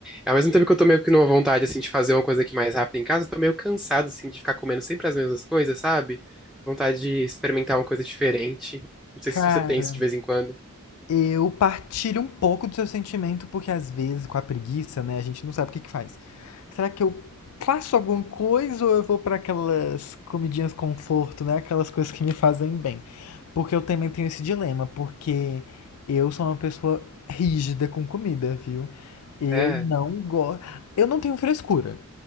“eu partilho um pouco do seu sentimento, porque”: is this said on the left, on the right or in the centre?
Left